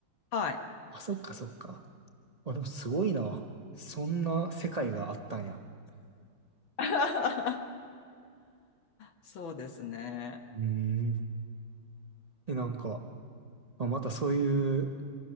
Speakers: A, on the left; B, on the right.
A: はい。
B: あ、そっかそっか。あ、でもすごいな。そんな世界があったんや。
A: <laughs> そうですね。
B: うーん。え、なんか、まあ、またそういう、